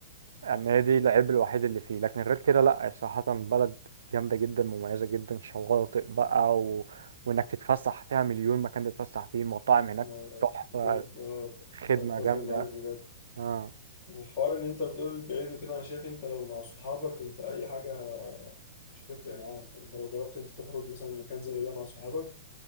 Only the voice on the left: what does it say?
ما-
بجد آه،
أتفق
معاك بجد
والحوار إن أنت بتقول بعيد وكده أنا شايف أنت لو مع صحابك أنت أي حاجة مش هتفرق معاك يعني أنت لو جربت أنت تخرج مثلا مكان زي ده مع صحابك